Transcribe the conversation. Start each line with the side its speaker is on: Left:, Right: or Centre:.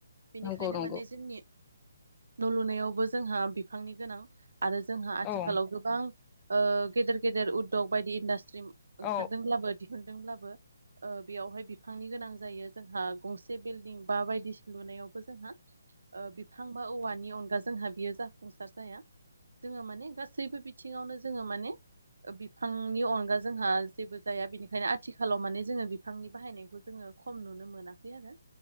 Right: बेनिखायनो
Left: नंगौ नंगौ
Right: माने जोंनि न' लुनायावबो जोंहा बिफांनि गोनां आरो जोंहा आथिखालाव
Left: औ
Right: गोबां ओ गेदेर गेदेर उददग बायदि इण्डास्ट स्ट्रिम ओंखारदोंब्लाबो
Left: औ
Right: दिहुनदोंब्लाबो बो ओ बियावहाय बिफांनि गोनां जायो जोंहा गंसे बिलडिं बा बायदिसिन लुनायावबो जोंहा ओ बिफां बा औवानि अनगा जोंहा बियो जाफुंसार जाया। जोङो माने गासैबो बिथिङावनो जोङो माने ओ बिफांनि अनगा जोंहा जेबो जाया। बेनिखायनो आथिखालाव माने जोङो बिफांनि बाहायनायखौ जोङो खम नुनो मोनाखै आरो।